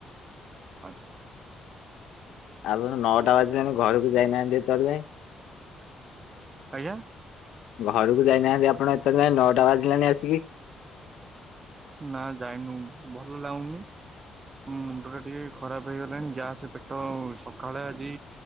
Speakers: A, on the right; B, on the left.
A: ଆଚ୍ଛା।
B: ଆପଣ ନଅଟା ବାଜିଲାଣି ଘରକୁ ଯାଇନାହାନ୍ତି ଏତେବେଳ ଯାଇଁ
A: ଆଜ୍ଞା
B: ଘରକୁ ଯାଇନାହାନ୍ତି ଆପଣ ଏ ତେଳ ଯାଏଁ ନଅଟା ବାଜିଲାଣି ଆସିକି।
A: ନା ଯାଇନୁ ଭଲ ଲାଗୂଉନି। ମୁଣ୍ଡ ଟା ଟିକେ ଖରାପ ହେଇଗଲାଣି, ଗ୍ୟାସ୍ ପେଟ ଅ ସକାଳେ ଆ ଜି